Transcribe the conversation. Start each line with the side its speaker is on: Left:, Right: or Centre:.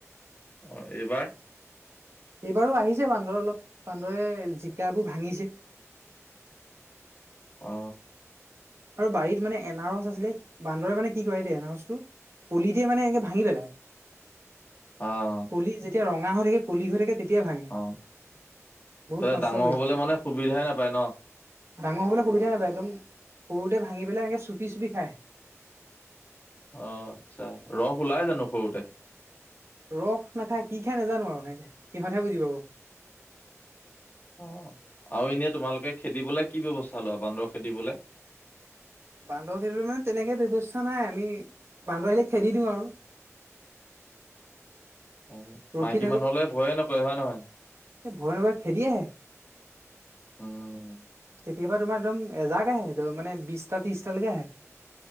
Left: অ এইবাৰ
Right: এইবাৰো আহিছে বান্দৰ অলপ, বান্দৰে জিকাবোৰ ভাঙিছে।
Left: অ।
Right: আৰু বাৰীত মানে এনা ৰছ আছিলে, বান্দৰে মানে কি কৰে দে এনাৰছটো, কলিতে মানে এনেকে ভাঙি পেলাই।
Left: অঁ।
Right: কলি যেতিয়া ৰঙা হৈ থাকে, কলি হৈ থাকে তেতিয়া ভাঙে
Left: অ
Right: বহুত
Left: ত ই
Right: নষ্ট
Left: ডাঙৰ
Right: কৰিছে
Left: হবলৈ মানে সুবিধাই নাপায় ন?
Right: ডাঙৰ হ'বলৈ সবিধাই নাপাই একদম সৰুতে ভঙি পেলাই একে চুপি চুপি খায়।
Left: অ আচ্ছা, ৰস ওলাই জানো সৰুতে।
Right: ৰস নাখায়, কি খাই নাজানো আৰু সিহঁতে, সিহঁতে বুজি পাব।
Left: অ আৰু এনেই তোমালোকে খেদিবলৈ কি ব্যৱস্থা লোৱা বান্দৰ খেদিবলে?
Right: বান্দৰ খেদিবলে মানে তেনেকৈ ব্যৱস্থা নাই, আমি বান্দৰ আহিলে খেদি দিওঁ আৰু।
Left: অ
Right: ৰখি
Left: মাইকী মানুহলে ভয়ে নকৰে হয় নহয়?
Right: এ ভয় নকয় খেদি আহে।
Left: উম
Right: কেতিয়াবা তোমাৰ একদম এজাক আহে, মানে বিশটা ত্ৰিশটালৈকে আহে।